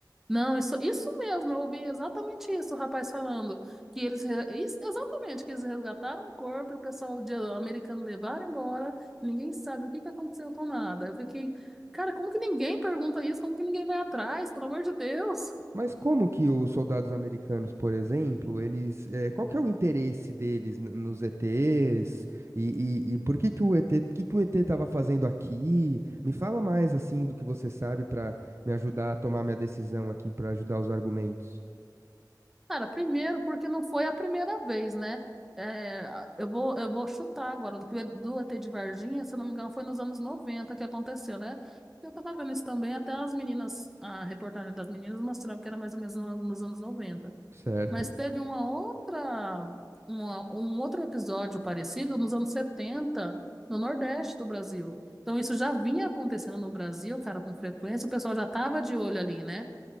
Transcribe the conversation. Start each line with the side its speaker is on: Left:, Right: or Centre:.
Centre: Não, isso, isso mesmo, eu ouvi exatamente isso, o rapaz falando, que eles, re- isso- exatamente, que eles resgataram o corpo e o pessoal de- americano levaram embora, ninguém sabe o que que aconteceu com nada. Eu fiquei, cara, como que ninguém pergunta isso? Como que ninguém vai atrás? Pelo amor de Deus!
Right: Mas como que os soldados americanos, por exemplo, eles, eh, qual que é o interesse deles n- nos ETs? E, e, e por que que o ET, que que o ET estava fazendo aqui? Me fala mais assim do que você sabe para me ajudar a tomar minha decisão aqui, para ajudar os argumentos.
Centre: Cara, primeiro porque não foi a primeira vez, né? É, eu vou, eu vou chutar agora, do que do ET de Varginha, se eu não me engano, foi nos anos 90 que aconteceu, né? Eu tava vendo isso também, até as meninas, a reportagem das meninas mostrava que era mais ou menos no- nos anos 90.
Right: Certo?
Centre: Mas teve uma outra, uma- um outro episódio parecido nos anos 70 no Nordeste do Brasil. Então isso já vinha acontecendo no Brasil, cara, com frequência, o pessoal já tava de olho ali, né?